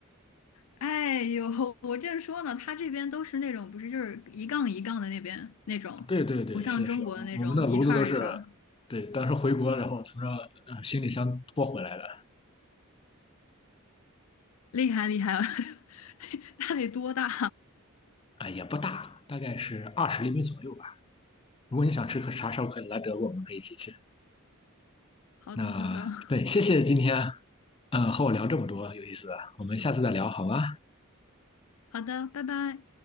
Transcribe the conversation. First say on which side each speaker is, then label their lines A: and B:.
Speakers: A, on the left (about 85°); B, on the left (about 25°).
A: 哎呦，<laughs> 我正说呢，它这边都是那种不是就是一杠一杠的那边那种，
B: 对对对，
A: 不像中国的那种一串儿一串儿，
B: 是的，是的，我我们的炉子都是，对，当时回国，然后从这呃行李箱拖回来的，
A: 厉害厉害，<laughs> 它得多大？
B: 啊、也不大，大概是二十厘米左右吧。如果你想吃可啥时候可以来德国，我们可以一起去。
A: <laughs> 好的好的
B: 那对，
A: <laughs>
B: 谢谢今天，嗯、和我聊这么多有意思的我们下次再聊好吗？
A: 好的，拜拜。